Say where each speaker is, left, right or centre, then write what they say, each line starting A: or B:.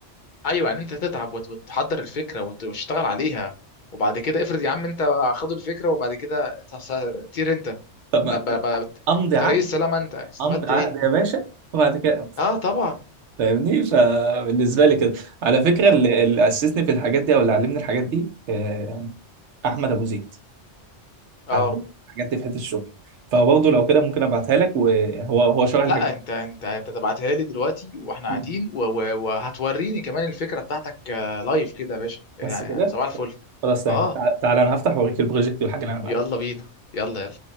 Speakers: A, on the left (about 50°); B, on the right (about 75°).
A: ايوه يعني انت تتعب وت- وتحضر الفكره وت- وتشتغل عليها وبعد كده افرض يا عم انت خد الفكره وبعد كده ت- س- طير انت
B: طب ما-
A: طب ب-
B: لا،
A: ب-
B: امضي
A: بطريق
B: عقد
A: السلامه انت استفدت
B: امضي عقد
A: ايه
B: يا باشا وبعد كده أمضي.
A: اه طبعا
B: فاهمني فبالنسبه لي كده على فكره
A: طب
B: اللي, اللي اسسني في الحاجات دي او اللي علمني الحاجات دي آه، احمد ابو زيد
A: اه
B: علمني الحاجات دي في حته الشغل فبرضه لو كده ممكن ابعتها لك وهو هو شغال الحاجات
A: لا انت انت انت تبعتها لي دلوقتي واحنا
B: دي
A: قاعدين و- و- وهتوريني كمان الفكره بتاعتك آه، لايف كده يا باشا يعني
B: بس كده
A: صباح الفل
B: خلاص تمام
A: اه
B: تع- تعالى انا هفتح واوريك البروجكت والحاجه اللي انا بعملها
A: يلا بينا يلا يلا